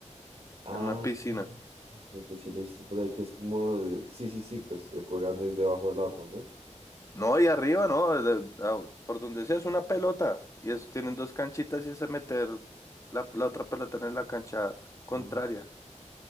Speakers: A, on the right; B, on the left.
A: Ah,
B: en una piscina.
A: creo que sí lo he visto por ahí, que es como, de- sí, sí, sí, pues eh, juegan desde bajo del agua, ¿no?
B: No, y arriba, ¿no? de- a- por donde sea es una pelota. Y es, tienen dos canchitas y es meter la, la otra pelota en la cancha contraria.
A: Mm.